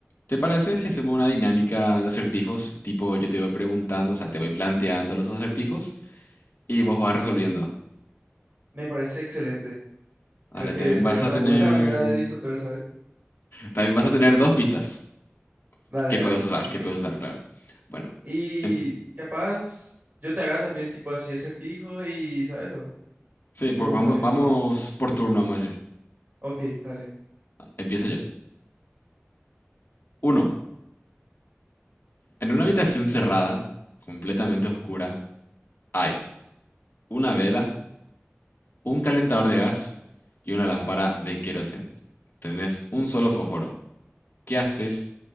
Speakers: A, on the left (about 50°); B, on the right (about 45°).
A: ¿Te parece si hacemos una dinámica de acertijos? Tipo, yo te voy preguntando, o sea, te voy planteando los acertijos y vos vas resolviendo.
B: Me parece excelente.
A: Dale,
B: Creo que
A: también
B: sería
A: vas
B: una
A: a tener,
B: buena <laughs> manera de disfrutar, ¿sabes?
A: también vas a tener dos pistas
B: Dale,
A: que
B: dale.
A: puedes usar,
B: Ok.
A: que puedes usar, claro. Bueno,
B: Y
A: em-
B: capaz yo te haga también tipo así acertijos y, ¿sabes? Lo,
A: sí,
B: tipo
A: por-
B: vos
A: vamos,
B: también.
A: vamos por turno, vamos a decir.
B: Ok, dale.
A: Empiezo yo. Uno, en una habitación cerrada, completamente oscura, hay una vela, un calentador de gas y una lámpara de queroseno. Tenés un solo fósforo. ¿Qué haces?